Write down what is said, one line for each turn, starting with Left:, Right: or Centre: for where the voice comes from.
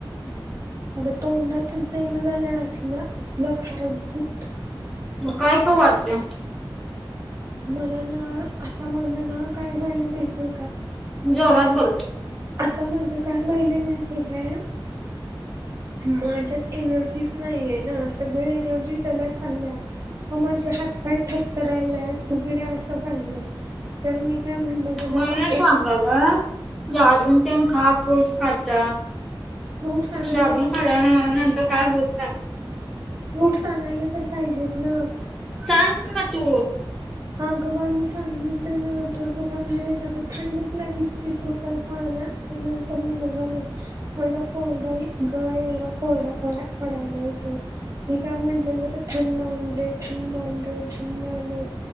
Right: अग तो उनडातच जाईन झाला असलं असलं खार गुट
Centre: काय खूप वाटतंय
Right: मला ना आता माझं ना काय व्हायला माहिती
Centre: जोरात बोलतो
Right: आता माझ काय वहिले माहितीय काय माझ्यात एनर्जीच नाहीये ना सगळ एनर्जी त्यालात खाल्ल्या व माझे हात पाय थरथरायला आहेत उभेरे असं पाहिले तर मी काय म्हणलं त्याला
Centre: म्हणून च सांगालोय
Right: एक
Centre: ज अजून पण खा फूट खातत
Right: फ्रूट्स आणायला
Centre: दाबून
Right: तर
Centre: फड नंतर काय होत ना
Right: रूटस आणायला तर पाहिजेतेत ना.
Centre: सांग की मग तू
Right: अग बाई सांगितलं ना तर तो काय म्हणालासात थंड तिला वीस तीस रुपयाचा अ अचा होन झालाय माझा कोरडा सगळा एवढा कोरडा पड पडायला येतं. मी काय म्हटलं जरा थंड आण रे थंड आण रे थंड आण